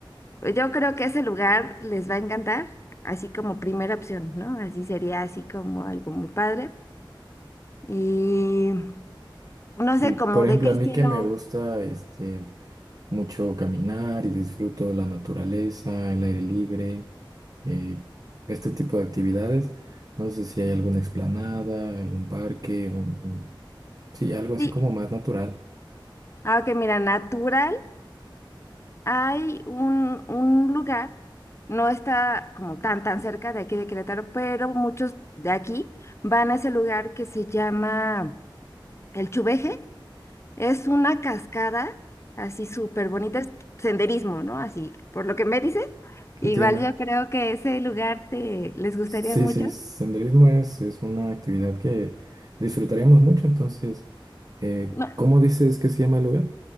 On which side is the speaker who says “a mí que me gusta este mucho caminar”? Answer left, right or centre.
Right